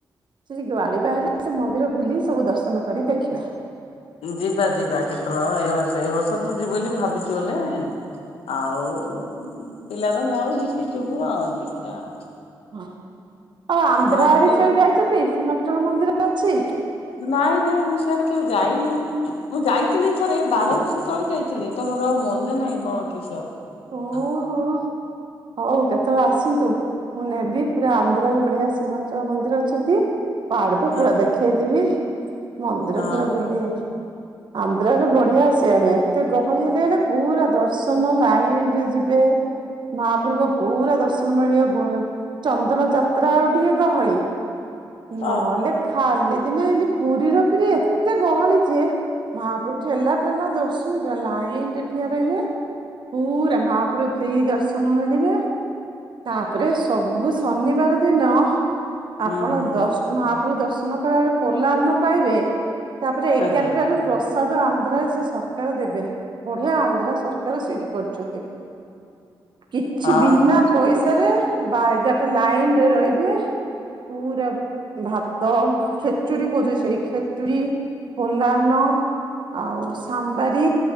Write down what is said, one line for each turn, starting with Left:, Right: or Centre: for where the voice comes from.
Right: ସେଠି ଗାଡି ବାହାରିଲେ ସେ ମନ୍ଦିର ବୁଲି ସବୁ ଦର୍ଶନ କରି ଦେଖିବା।
Left: ଯିବା ଯିବା କେତେବେଳ ଏ ବର୍ଷ ଏ ବର୍ଷ ତ ଯିବୁ ବୋଲି ଭାବିଚୁ ବଲେ। ଆଉ ପିଲାର ମୋର ମିଶିକି ଯିବୁ ଆଉ ଦେଖିଆ ଆଉ।
Right: ଆଉ ଆନ୍ଧ୍ର
Left: ଆପଣ
Right: ଆଡେ
Left: କି
Right: ସିଆଡେ ଯାଇଛନ୍ତି? ସୀମାଞ୍ଚଳ ମନ୍ଦିର ଅଛି।
Left: ନାଇଁ ନାଇଁ ମୁଁ ସିଆଡେ କେବେ ଯାଇନି। ମୁଁ ଯାଇଥିଲି ଥରେ ବାର ବର୍ଷ ତଳେ ଯାଇଥିଲି। ତ ମୋର ଆଉ ମନେ ନାହିଁ କଣ କିସ?
Right: ଓହୋ।
Left: ଆଉ।
Right: ହଉ କେତେବେଳେ ଆସନ୍ତୁ ମୁଁ ନେବି ପୁରା ଆନ୍ଧ୍ରରେ ବଢିଆ ସୀମାଞ୍ଚଳ ମନ୍ଦିର ଅଛନ୍ତି। ପାହାଡକୁ ପୁରା
Left: ଆଜ୍ଞା
Right: ଦେଖେଇ ଦେବି। ମନ୍ଦିର
Left: ହଁ
Right: ପୁରା
Left: ହଁ
Right: ବୁଲେଇ ଆଣି ଆନ୍ଧ୍ର ରେ ବଢିଆ ସିଆଡେ ଏତେ ଗହଳି ହେଲେ ହେଲେ ପୁରା ଦର୍ଶନ ଲାଇନ୍ ରେ ଯିବେ। ମହାପୁରଙ୍କୁ ପୁରା ଦର୍ଶନ ମିଳିବ ଗଳେ। ଚନ୍ଦନ ଯାତ୍ରା ବେଳୁ ଟିକେ ଗହଳି। ନହେଲେ
Left: ଓହୋ
Right: ଖାଲି ଦିନେ ଏମତି ପୁରୀର ପିରି ଏତେ ଗହଳି ଯେ ମହାପୁରୁ ଠେଲା ପେଲା ଦର୍ଶ ପୁରା ଲାଇନ୍ ରେ ଠିଆ ରହିବେ। ପୁରା ମହାପୁରୁ ଫି ଦର୍ଶ ନ ମାଗିବେ। ତାପରେ ସବୁ ଶନିବାର ଦିନ
Left: ହୁଁ
Right: ଆପଣ
Left: ହୁଁ
Right: ଦଶ ମହାପ୍ରଭୁ ଦର୍ଶନ କଲା ବଳେ ପୋଲା ଅର୍ଣ୍ଣ ପାଇବେ। ତାପରେ ଏଗାରଟାରୁ
Left: ଆଜ୍ଞା
Right: ପ୍ରସାଦ ଆନ୍ଧ୍ରା ସେ ସରକାର ଦେବେ ବଢିଆ ଆନ୍ଧ୍ରା ସରକାର ସେଇଠି କରିଛନ୍ତି। କିଛି
Left: ହଁ
Right: ବିନା
Left: ହଁ
Right: ପଇସାରେ ବାଇଗାଟା ଲାଇନ ରେ ରହିବେ ପୁରା ଭାତ ଖେଚୁଡି ଖୋଜୁ ସେ ଖେଚୁଡ଼ି ପୋଲାନ୍ନ ଆଉ ସାମ୍ବାରି